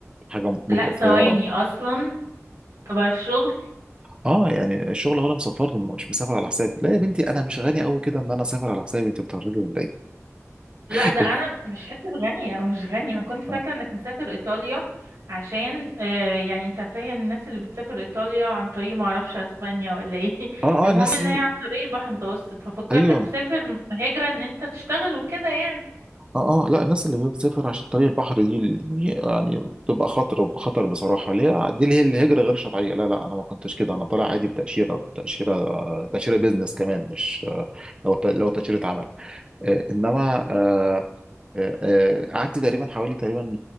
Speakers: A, on the right; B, on the right.
A: حاجه مده
B: لا ثواني
A: قصيره
B: اصلا تبع الشغل
A: اه يعني الشغل هو اللي مسافرني مش مسافر على حسابي لا يا بنتي انا مش غني قوي كده ان انا اسافر على حسابي انت بتهرجي ولا ايه
B: لا
A: <laughs>
B: ده انا مش حته غني او مش غني انا كنت فاكره
A: اه
B: انك مسافر ايطاليا عشان آه يعني انت فاهم الناس اللي بتسافر ايطاليا عن طريق ما اعرفش اسبانيا ولا ايه <laughs>
A: اه
B: المهم
A: آه، الناس
B: ان هي عن طريق البحر المتوسط ففكرتك
A: ايوه
B: تسافر هجره ان انت تشتغل وكده يعني
A: اه اه لا الناس اللي بتسافر عشان طريق البحر دي ال- يعني بتبقى خطر خطر بصراحه اللي هي دي اللي هي الهجره غير شرعيه لا لا انا ما كنتش كده انا طالع عادي بتاشيره تاشيره تاشيره بيزنس كمان مش لو ت- لو تاشيره عمل آه، انما آه، آه، آه، قعدت تقريبا حوالي تقريبا